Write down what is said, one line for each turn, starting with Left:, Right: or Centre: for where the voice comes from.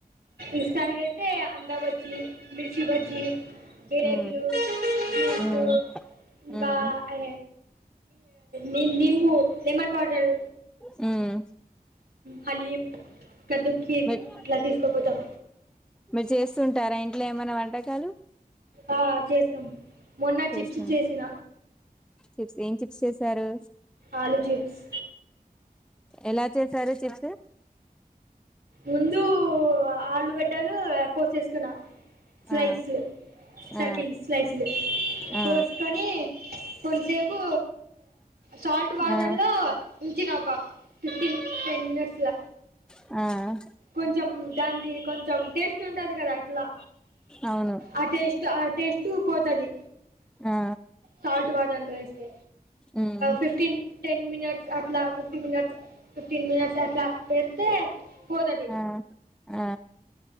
Right: ఇష్టానికిైతే అందబజ్జి మిర్చి బజ్జి జిలేబీలు
Centre: ఉమ్,
Right: జూస్లు
Centre: ఉమ్,
Right: ఇంకా
Centre: ఉమ్.
Right: అ ని నింబు లెమన్ వాటర్
Centre: ఉమ్
Right: హలీం కద్దుకిర్
Centre: మీర్
Right: అట్లా తీసుకోపోతాం
Centre: మీరు చేస్తుంటారా ఇంట్లో ఏమైనా వంటకాలు
Right: ఆ చేస్తాం మొన్న
Centre: చేస్తుం
Right: చిప్స్ చేసిన
Centre: చిప్స్ ఏం చిప్ చేసారు
Right: ఆలు చిప్స్
Centre: ఎలా చేసారు చిప్స్
Right: ముందు ఆలుగడ్డలు కోసేసుకున్నా స్లైస్లు
Centre: ఆ
Right: సర్కిల్
Centre: ఆ
Right: స్లైస్లు
Centre: ఆ
Right: పోసుకొని కొంసేపు సాల్ట్ వాటర్లో
Centre: ఆ
Right: ఉంచిన ఒక ఫిఫ్టీన్ టెన్ మినిట్స్ల
Centre: ఆ
Right: కొంచెం దాంది కొంచెం టేస్ట్ ఉంటది కదా ఇట్లా
Centre: అవును
Right: అ టేస్ట్ అ టేస్ట్ టు పోతది
Centre: ఆ
Right: సల్ట్ వాటర్ లో వేస్తే
Centre: ఉమ్
Right: ఫిఫ్టీన్ టెన్ మినిట్స్ అట్లా ఫిఫ్టీ మినిట్స్ ఫిఫ్టీన్ మినిట్స్ అట్లా పెడితే పోతది
Centre: ఆ ఆ